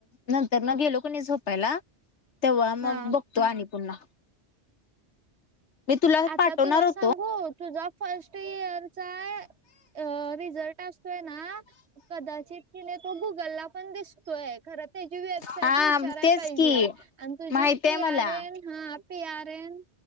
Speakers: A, on the left; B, on the right.
A: नंतर नं गेलो कणी झोपायला,, तव्हा मग
B: हा.
A: बघतो आणि पुन्हा. मी तुला
B: आता
A: पाठवणार
B: तुला
A: होतो
B: सांगू, तुझा फर्स्ट इयरचा, अ रिझल्ट अस तोय ना,, कदाचित क नाही तो गुगल ला पण दिसतोय,, खरं पेज वेबसाईट
A: हा
B: विचाराय
A: तेच
B: पायजे,,
A: की
B: आणि तुझी
A: माहित
B: जी पी
A: आहे मला
B: आर एन हा पी आर एन,,